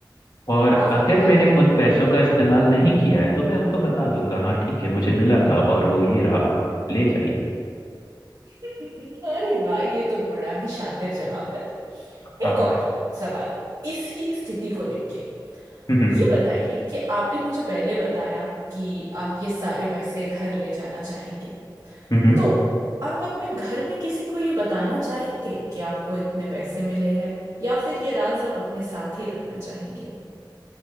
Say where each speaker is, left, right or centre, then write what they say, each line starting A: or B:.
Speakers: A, on the left; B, on the right.
A: और
B: आह,
A: अगर
B: हाँ
A: मैंने उन पैसों का इस्तेमाल नहीं किया है तो मैं उनको बता दूंगा हाँ ठीक है मुझे मिला था और वो ये रहा आप ले जाइए
B: <laughs> अरे वाह ये तो बड़ा ही शातिर जवाब है
A: हाँ
B: एक और सवाल इसी स्थिति को लेके
A: हम्म
B: ये बताइए कि आपने मुझे पहले बताया कि आप ये सारे पैसे घर ले जाना चाहेंगे
A: हम्म
B: तो आप अपने घर में किसी को ये बताना चाहेंगे कि आपको इतने पैसे मिले हैं या फिर ये राज आप अपने साथ ही रखना चाहेंगे